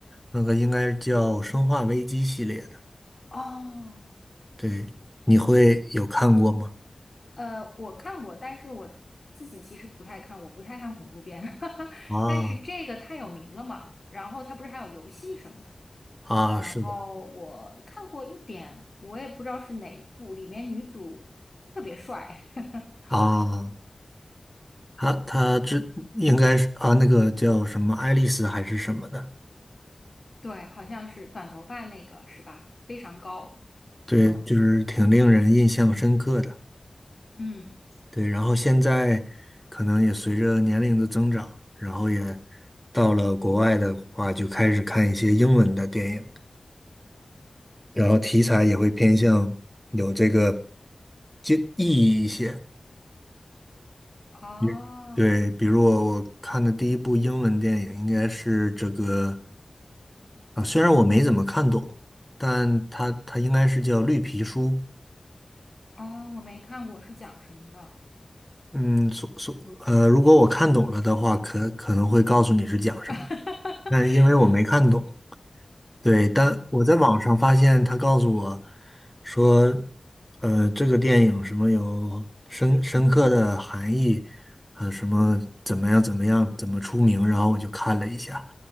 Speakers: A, in the centre; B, on the left.
A: 那个应该叫《生化危机》系列的，
B: 哦，
A: 对，你会有看过吗？
B: 呃，我看过，但是我自己其实不太看，我不太看恐怖片。<laughs>
A: 啊
B: 但是这个太有名了嘛，然后它不是还有游戏什么的，
A: 啊，
B: 然后我看过一点，
A: 是的
B: 我也不知道是哪一部，里面女主特别帅，<laughs>
A: 啊。他他这应该是啊，那个叫什么爱丽丝还是什么的，
B: 对，好像是短头发那个是吧？非常高。
A: 对，
B: 嗯
A: 就是挺令人印象深刻的。
B: 嗯。
A: 对，然后现在可能也随着年龄的增长，然后也到了国外的话，就开始看一些英文的电影，然后题材也会偏向有这个就意义一些。
B: 哦
A: 比对，比如我我看的第一部英文电影应该是这个啊，虽然我没怎么看懂，但它它应该是叫《绿皮书》。
B: 哦，我没看过，是讲什么的？
A: 嗯，所所呃，如果我看懂了的话，可可能会告诉你是讲什么，
B: <laughs>
A: 但因为我没看懂，对，但我在网上发现他告诉我说，呃，这个电影什么有深深刻的含义，呃，什么怎么样怎么样怎么出名，然后我就看了一下，